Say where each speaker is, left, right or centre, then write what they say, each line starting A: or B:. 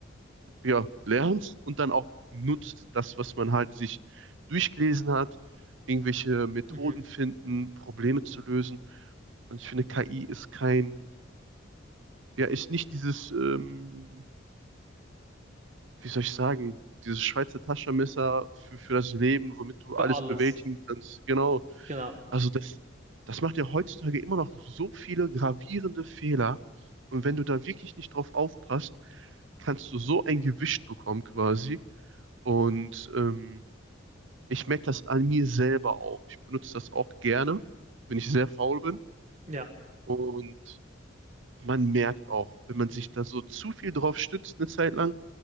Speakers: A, on the right; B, on the right.
A: ja, lernt und dann auch nutzt, das, was man halt sich durchgelesen hat, irgendwelche Methoden
B: Mhm,
A: finden, Probleme zu lösen. Und ich finde, KI ist kein, ja, ist nicht dieses, ähm, wie soll ich sagen, dieses Schweizer Taschenmesser für, für das Leben, womit du
B: für
A: alles
B: alles,
A: bewältigen kannst. Genau.
B: genau.
A: Also das, das macht ja heutzutage immer noch so viele gravierende Fehler. Und wenn du da wirklich nicht drauf aufpasst, kannst du so ein Gewicht bekommen quasi. Und ähm, Ich merke das an mir selber auch. Ich benutze das auch gerne, wenn ich sehr faul bin.
B: Ja,
A: Und man merkt auch, wenn man sich da so zu viel drauf stützt eine Zeit lang,